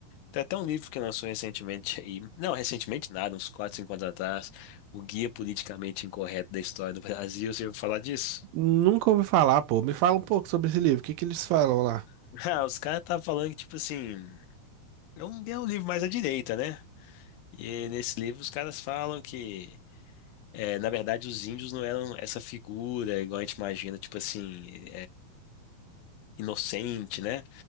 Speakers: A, on the left (about 80°); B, on the right (about 80°).
A: Tem até um livro que lançou recentemente aí. Não, recentemente nada, uns 4 5 anos atrás. O Guia Politicamente Incorreto da História do Brasil. Você ouviu falar disso?
B: Nunca ouvi falar, pô. Me fala um pouco sobre esse livro, o que que eles falam lá?
A: <laughs> Ah, os caras estavam falando que, tipo assim, é um, é um livro mais à direita, né? E nesse livro os caras falam que, é, na verdade, os índios não eram essa figura igual a gente imagina, tipo assim, inocente, né?